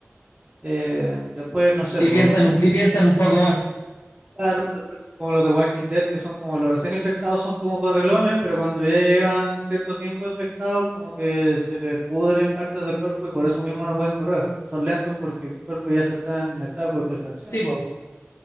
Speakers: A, on the right; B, on the left.
A: eh, después no sé,
B: Y
A: pues,
B: piensan un,
A: eh,
B: y piensan un poco más.
A: claro, después están como los de Walking Dead, que son como los recién infectados, son como correlones, pero cuando ya llevan cierto tiempo infectados, como que se les pudren partes del cuerpo y por eso mismo no pueden correr. Son lentos porque el cuerpo ya se está en etapa de putrefacción.
B: Sí, pues.